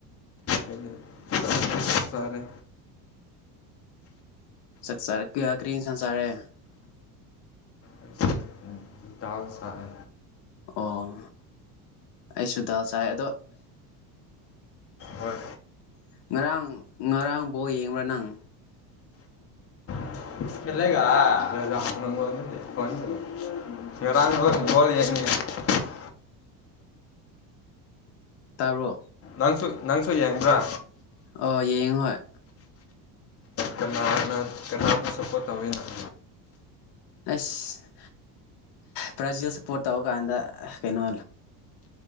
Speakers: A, on the left; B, on the left.
A: ꯑꯩꯅ ꯆꯥꯛ ꯆꯥꯔꯦ
B: ꯆꯥꯛ ꯆꯥꯔꯦ ꯀꯤꯌꯥ ꯀ꯭ꯔꯤ ꯍꯤꯟꯁꯥꯡ ꯆꯥꯔꯦ
A: ꯑꯩꯁꯦ ꯗꯥꯜ ꯆꯥꯢ
B: ꯑꯣ ꯑꯩꯁꯨ ꯗꯥꯜ ꯆꯥꯢ ꯑꯗꯣ
A: ꯍꯣꯏ
B: ꯉꯔꯥꯡ ꯉꯔꯥꯡ ꯕꯣꯜ ꯌꯦꯡꯕ꯭ꯔꯥ ꯅꯪ
A: <unintelligible> <unintelligible>
B: <inaudible> ꯇꯥꯕ꯭ꯔꯣ
A: ꯅꯪꯁꯨ ꯅꯪꯁꯨ ꯌꯦꯡꯕ꯭ꯔꯥ
B: ꯑꯣ ꯌꯦꯡ ꯍꯣꯢ
A: ꯀꯅꯥꯅ ꯀꯅꯥꯕꯨ ꯁꯞꯄꯣꯔꯠ ꯇꯧꯋꯤ ꯅꯪ
B: ꯑꯁ ꯕ꯭ꯔꯥꯖꯤꯜ ꯁꯞꯄꯣꯔꯠ ꯇꯧ ꯀꯥꯟꯗ ꯀꯩꯅꯣ